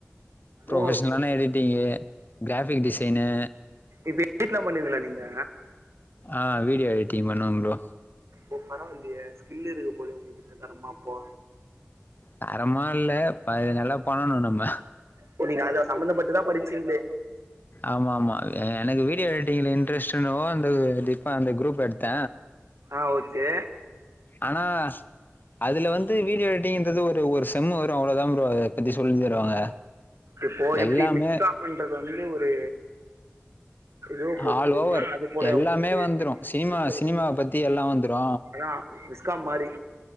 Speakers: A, on the left; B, on the right.
A: புரொஃபஷ்னலான
B: ஓ
A: எடிட்டிங்கு கிராஃபிக் டிசைனு
B: எடிட்லா பண்ணுவீங்ளா நீங்க
A: ஆ வீடியோ எடிட்டிங் பண்ணுவ ப்ரோ
B: ஓ பரவால்லியே ஸ்கில்லு இருக்கு போல உங்ககிட்ட தரமா அப்போ
A: தரமா இல்ல நல்லா பண்ணணு நம்ம
B: இப்ப நீங்க அத சம்மந்த பட்டுதா படிச்சிங்ளே
A: ஆமா ஆமா எனக்கு வீடியோ எடிட்டிங்ல இன்ட்ரெஸ்ட்னவோ அந்த டிப்பா அந்த குரூப் எடுத்த
B: ஆ ஓகே
A: ஆனா அதுல வந்து வீடியோ எடிட்டிங்ன்றது ஒரு ஒரு செம்மு வரு அவ்ளோதா ப்ரோ அத பத்தி சொல்லி தருவாங்க
B: இப்போ
A: எல்லாமே
B: எப்டி விஸ் காம் பண்றது வந்து ஒரு ஏதோ பொறுத்து
A: ஆல்
B: இருக்குன்னா
A: ஓவர்
B: அது போல
A: எல்லாமே
B: உங்களுக்கு
A: வந்துரு சினிமா
B: விஸ்வல்
A: சினிமாவ பத்தி எல்லா வந்துரு
B: அதான் விஸ்காம் மாதிரி